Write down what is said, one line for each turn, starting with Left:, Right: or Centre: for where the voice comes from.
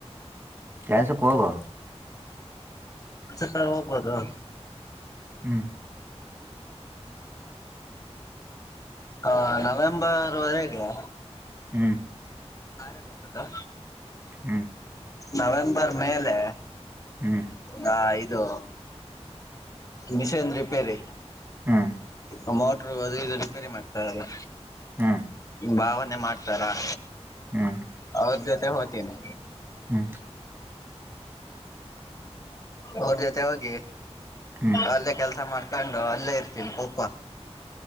Right: ಕೆಲ್ಸಕ್ ಹೋಗೊ
Left: ಕೆಲ್ಸಕರ ಹೋಗ್ಬೋದು
Right: ಹ್ಮ್
Left: ಹ ನವೆಂಬರ್ ವರೆಗೆ
Right: ಹ್ಮ್
Left: ಆರೇಗ ಹೋಗದಾ
Right: ಹ್ಮ್
Left: ನವೆಂಬರ್ ಮೇಲೆ
Right: ಹ್ಮ್
Left: ಹಾ ಇದು ಮಿಷನ್ ರಿಪೇರಿ
Right: ಹ್ಮ್
Left: ಮೊ ಮೊಟ್ರು ಅದು ಇದು ರಿಪೇರಿ ಮಾಡ್ತಾರಲ್ಲ
Right: ಹ್ಮ್
Left: ಭಾವನೆ ಮಾಡ್ತಾರೆ ಹಾ
Right: ಹ್ಮ್
Left: ಅವ್ರ ಜೊತೆ ಹೋತಿನಿ
Right: ಹ್ಮ್
Left: ಅವರ್ ಜೊತೆ ಹೋಗಿ
Right: ಹ್ಮ್
Left: ಅಲ್ಲೇ ಕೆಲ್ಸ ಮಾಡ್ತ ಕಂಡು ಅಲ್ಲೇ ಇರ್ತೀನಿ ಕೂಪ್ಪ